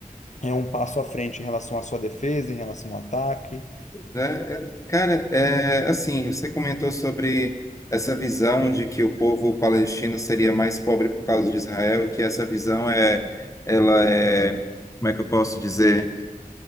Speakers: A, on the left (about 55°); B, on the left (about 20°).
A: é um passo à frente em relação à sua defesa, em relação ao ataque.
B: É, é, cara, é, assim, você comentou sobre essa visão de que o povo palestino seria mais pobre por causa de Israel, e que essa visão é, ela é, como é que eu posso dizer?